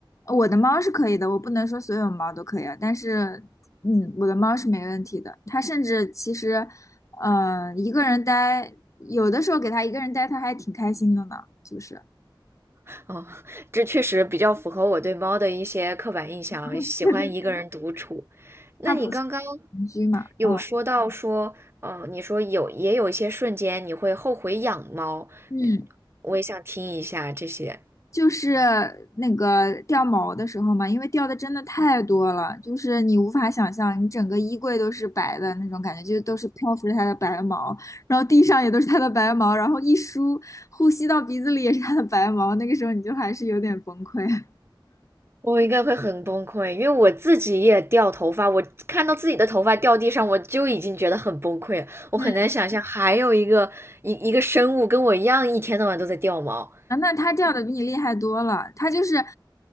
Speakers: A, on the left; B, on the right.
A: 我的猫是可以的，我不能说所有猫都可以啊，但是，嗯，我的猫是没问题的。它甚至其实，呃，一个人待，有的时候给它一个人待，它还挺开心的呢，是不是？
B: <laughs> 哦，这确实比较符合我对猫的一些刻板印象，
A: <laughs>
B: 喜欢一个人独处。
A: 对对对，
B: 那你刚刚
A: 它不是邻居嘛，
B: 有说到说，
A: 嗯
B: 嗯，你说有也有一些瞬间你会后悔养猫，
A: 嗯。
B: 我也想听一下这些。
A: 就是那个掉毛的时候嘛，因为掉的真的太多了，就是你无法想象，你整个衣柜都是白的那种感觉，就都是漂浮着它的白毛，然后地上也都是它的白毛，然后一梳，呼吸到鼻子里也是它的白毛，那个时候你就还是有点崩溃。<laughs>
B: 我应该会很崩溃，因为我自己也掉头发，我看到自己的头发掉地上，我就已经觉得很崩溃了。我很难想象还有一个一一个生物跟我一样，
A: 嗯，
B: 一天到晚都在掉毛。
A: 啊那它掉的比你厉害多了，它就是，呃